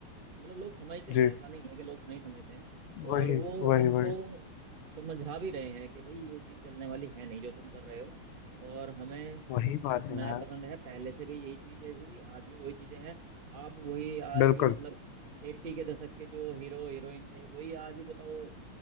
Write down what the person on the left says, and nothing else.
जी
वही
वही
वही
वही
बात
है यार
बिल्कुल